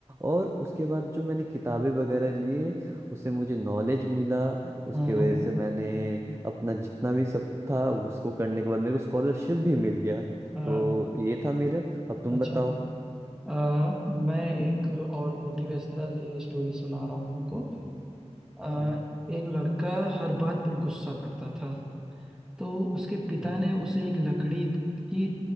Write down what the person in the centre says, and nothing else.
हम्म,
अ,
अच्छा
अ मैं एक और मोटिवेशनल स्टोरी सुना रहा हूँ तुमको आ,
एक लड़का हर बात पर गुस्सा करता था तो उसके पिता
ने उसे एक लकड़ी की